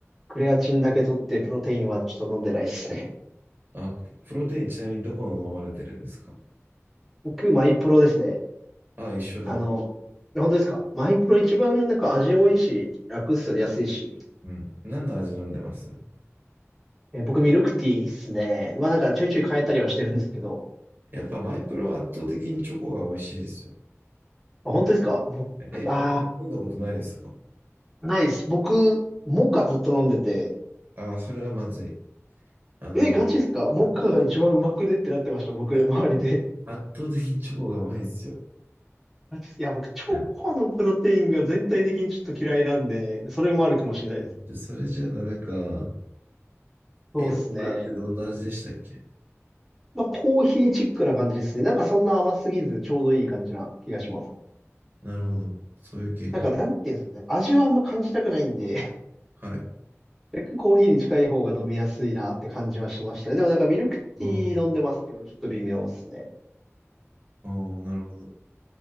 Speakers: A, in the centre; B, on the right.
A: クレアチンだけ取って、プロテインはちょっと飲んでないですね。
B: あ、プロテインちなみにどこの飲まれてるんですか
A: <laughs> 僕、マイプロですね。
B: あ、一緒だ。
A: あの、本当ですかマイプロ一番なんか味多いし、楽っすよね、安いし。
B: うん。何の味飲んでます
A: えー僕、ミルクティーっすね。まあなんかちょいちょい変えたりはしてるんですけど、
B: やっぱマイプロは圧倒的にチョコが美味しいですよ。
A: あ、本当ですか僕、
B: え、
A: あ
B: 飲んだ飲んだことないですか
A: あ、ないです。僕、モカずっと飲んでて、
B: あー、それはまずい。あの、
A: え、ガチですかモカが一番うまくねってなってました、
B: 圧倒的に、い
A: 僕、
B: や
A: 周りで。
B: 圧倒的にチョコがうまいですよ。
A: ガチっすいや、僕、チョコのプロテインが全体的にちょっと嫌いなんで、
B: はい
A: それもあるかもしれないです。
B: じゃあそれじゃダメか。
A: そうですね。
B: え、モカってどんな味でしたっけ
A: まあ、コーヒーチックな感じですね。なんかそんな甘すぎず、ちょうどいい感じな気がします。
B: なるほど。そういう系か。
A: なんか、なんていうんですかね。味はあんま感じたくないんで、
B: はい。
A: <laughs> 若干コーヒーに近い方が飲みやすいなって感じはしましたね。でもなんかミルクティー飲んでますけど、
B: ああ、
A: ちょっと微妙ですね。
B: ああなるほど。